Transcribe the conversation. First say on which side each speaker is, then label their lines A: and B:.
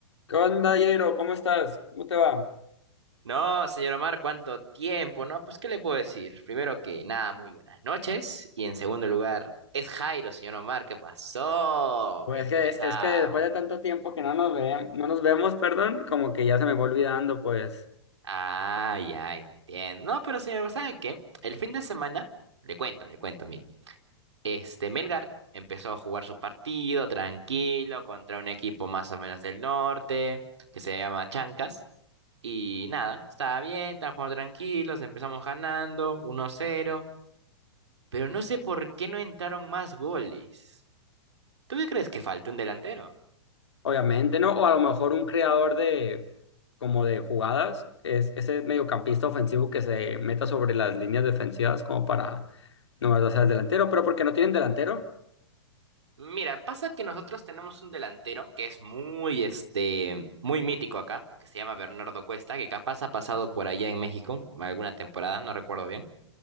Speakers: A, on the left; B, on the right.
A: ¿Qué onda, Jairo? ¿Cómo estás? ¿Cómo te va?
B: No, señor Omar, ¿cuánto tiempo? No, pues, ¿qué le puedo decir? Primero que nada, muy buenas noches. Y en segundo lugar, es Jairo, señor Omar, ¿qué pasó?
A: Pues
B: Y empezamos.
A: que, es que después de tanto tiempo que no nos ve, no nos vemos, perdón, como que ya se me va olvidando, pues,
B: Ah, ya entiendo. No, pero señor, ¿sabe qué? El fin de semana, le cuento, le cuento, mire. Este, Melgar empezó a jugar su partido tranquilo contra un equipo más o menos del norte, que se llama Chancas. Y nada, estaba bien, estaba jugando tranquilos, empezamos ganando uno cero. pero no sé por qué no entraron más goles. ¿Tú qué crees que falta un delantero?
A: obviamente, ¿no? O a lo mejor un creador de, como de jugadas, es ese mediocampista ofensivo que se meta sobre las líneas defensivas como para nomás darse al delantero, pero porque no tienen delantero,
B: Mira, pasa que nosotros tenemos un delantero que es muy, este, muy mítico acá, que se llama Bernardo Cuesta, que capaz ha pasado por allá en México alguna temporada, no recuerdo bien,